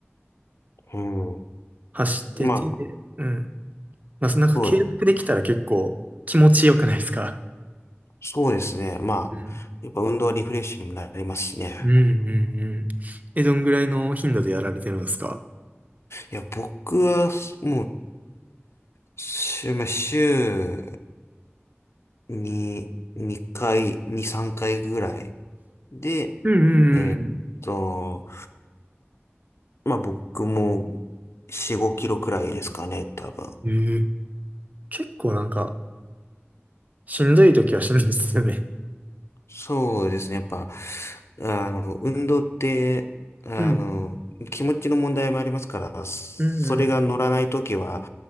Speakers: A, on the left; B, on the right.
A: うん。
B: 走ってて、
A: まあ、
B: うん。まあ、なんか継続できたら結構気持ちよくないですか
A: そう、そうですね。まあ、
B: うん、
A: やっぱ運動はリフレッシュにもなりますしね。
B: うん、うんうん。え、どんぐらいの頻度でやられてるんですか
A: いや、僕はもう、週、まあ週に、2回、2、3回ぐらい。で、
B: うんうん
A: えーっと、まあ僕も4、5キロくらいですかね、多分。
B: うんうん。ええ結構なんか、しんどい時はしんどいですよね。
A: そうですね、やっぱ、あの、運動って、あの、
B: うん、
A: 気持ちの問題もありますから、それが乗らないときは、
B: うんうん。